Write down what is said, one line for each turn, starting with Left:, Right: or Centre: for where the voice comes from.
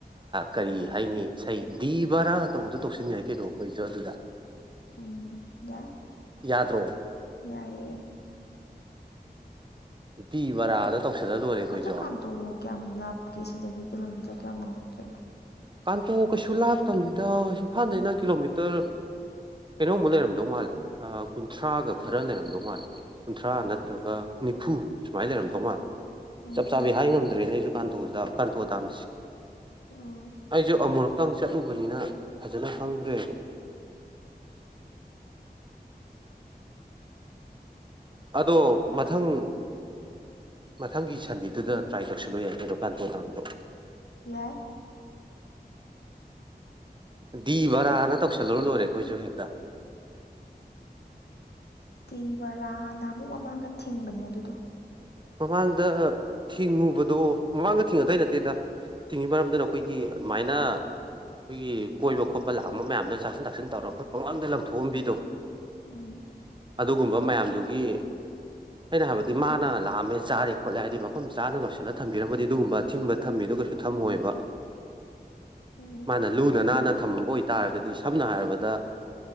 Right: ꯀꯔꯤ ꯍꯥꯏꯅꯤ ꯏꯁꯩ ꯗꯤ ꯕꯔꯥ ꯇꯧꯕꯗꯣ ꯇꯧꯁꯤꯟ ꯌꯥꯏ ꯀꯩꯅꯣ ꯑꯩꯈꯣꯏꯁꯨ ꯑꯗꯨꯗ
Left: ꯎꯝ ꯌꯥꯏ
Right: ꯌꯥꯗ꯭ꯔꯣ
Left: ꯌꯥꯏꯑꯦ
Right: ꯗꯤ ꯕꯔꯥꯗ ꯇꯧꯁꯜꯂ ꯂꯣꯏꯔꯦ ꯑꯩꯈꯣꯏꯁꯨ
Left: ꯑꯗꯨ ꯀꯥꯡꯇ ꯀꯌꯥꯝ ꯂꯥꯞꯀꯦ ꯁꯤꯗꯒꯤ ꯀꯔ ꯆ ꯀꯌꯥꯃ ꯆꯛꯦ
Right: ꯀꯥꯡꯇꯣꯛ ꯀꯩꯁꯨ ꯂꯥꯞꯇꯕꯅꯤꯗ ꯏꯝꯐꯥꯜꯗꯩꯅ ꯀꯤꯂꯣꯃꯤꯇꯔ ꯀꯩꯅꯣꯝꯕ ꯂꯩꯔꯝꯗꯧ ꯃꯥꯜꯂꯦ ꯀꯨꯟꯊ꯭ꯔꯥꯒ ꯈꯔ ꯂꯩꯔꯝꯗꯧ ꯃꯥꯜꯂꯦ ꯀꯨꯟꯊ꯭ꯔꯥ ꯅꯠꯇ꯭ꯔꯒ ꯅꯤꯐꯨ ꯁꯨꯃꯥꯏꯅ ꯂꯩꯔꯝꯗꯧ ꯃꯥꯜꯂꯦ
Left: ꯎꯝ
Right: ꯆꯞ ꯆꯥꯕꯤ ꯍꯥꯏ ꯉꯝꯗ꯭ꯔꯦꯅꯦ ꯑꯩꯁꯨ ꯀꯇꯣꯗ ꯀꯥꯟꯇꯣ ꯗꯥꯝ
Left: ꯎꯝ
Right: ꯑꯩꯁꯨ ꯑꯃꯨꯔꯛꯇꯪ ꯆꯠꯂꯨꯕꯅꯤꯅ ꯐꯖꯅ ꯈꯪꯗ꯭ꯔꯦꯕ
Left: <unintelligible>
Right: ꯑꯗꯣ ꯃꯊꯪ ꯃꯊꯪꯒꯤ ꯁꯟꯗꯦꯗꯨꯗ ꯇ꯭ꯔꯥꯏ ꯇꯧꯁꯜꯂꯨ ꯌꯥꯏ ꯀꯩꯅꯣꯀꯥꯟ ꯇꯣꯅꯥꯝꯗꯣ
Left: ꯌꯥꯏ
Right: ꯗꯤ ꯕꯔꯥꯅ ꯇꯧꯁꯜꯂꯨꯔ ꯂꯣꯏꯔꯦ ꯑꯩꯣꯏꯁꯨ ꯍꯦꯛꯇ
Left: ꯇꯤ ꯕꯔꯥ ꯅꯍꯥꯃꯨꯛ ꯃꯃꯥꯡꯒ ꯊꯤꯡꯕꯅꯦ ꯑꯗꯨꯗꯣ
Right: ꯃꯃꯥꯡꯗ ꯊꯤꯡꯉꯨꯕꯗꯣ ꯃꯃꯥꯡꯗ ꯊꯤꯡꯉꯗꯏ ꯅꯠꯇꯦꯗ ꯊꯤꯡꯉꯤ ꯃꯔꯝꯗꯅ ꯑꯩꯈꯣꯏꯒꯤ ꯑꯗꯨ ꯃꯥꯏꯅ ꯑꯩꯈꯣꯏꯒꯤ ꯀꯣꯏꯕ ꯈꯣꯠꯄ ꯂꯥꯛꯑꯝꯕ ꯃꯌꯥꯝꯗ ꯆꯥꯁꯤꯟ ꯇꯥꯁꯤꯟ ꯇꯧꯔꯒ ꯑꯩꯈꯣꯏ ꯄꯪꯂꯥꯡꯗ ꯂꯪꯊꯣꯛꯑꯝꯕꯤꯗꯣ
Left: ꯎꯝ
Right: ꯑꯗꯨꯒꯨꯝꯕ ꯃꯌꯥꯝꯗꯨꯒꯤ ꯑꯩꯅ ꯍꯥꯏꯕꯗꯤ ꯃꯥꯅ ꯂꯥꯛꯑ ꯃꯦ ꯆꯥꯔꯦ ꯈꯣꯠꯂꯦ ꯍꯥꯏꯕꯗꯤ ꯃꯐꯝ ꯆꯥꯅ ꯂꯣꯏꯁꯤꯜꯂ ꯊꯝꯕꯤꯔꯝꯃꯗꯤ ꯑꯗꯨꯒꯨꯝꯕ ꯑꯊꯤꯡꯕ ꯊꯝꯃꯤꯗꯨꯒꯁꯨ ꯊꯝꯃꯣꯏꯕ
Left: ꯎꯝ
Right: ꯃꯥꯅ ꯂꯨꯅ ꯅꯥꯟꯅ ꯊꯝꯃꯝꯕ ꯑꯣꯏꯇꯥꯥꯔꯒꯗꯤ ꯁꯝꯅ ꯍꯥꯏꯔꯕꯗ